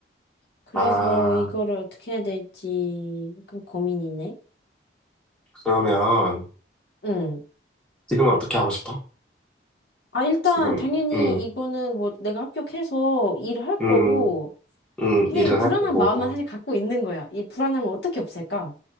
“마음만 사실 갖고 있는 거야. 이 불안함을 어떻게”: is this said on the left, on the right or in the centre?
Left